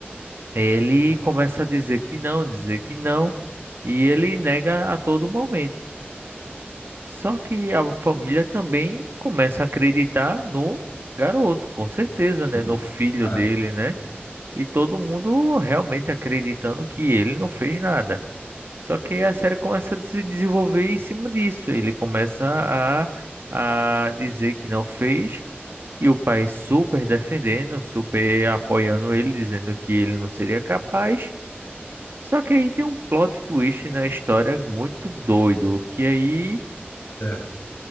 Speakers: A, on the right; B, on the left.
A: ele começa a dizer que não, dizer que não, e ele nega a todo momento. Só que a família também começa a acreditar no garoto, com certeza, né?
B: sim,
A: No filho
B: Claro.
A: dele, né? E todo mundo realmente acreditando que ele não fez nada. Só que a série começa a se desenvolver em cima disso. Ele começa a, a dizer que não fez, e o pai super defendendo, super apoiando ele, dizendo que ele não seria capaz. Só que aí tem um plot twist na história muito doido, que aí
B: Tá.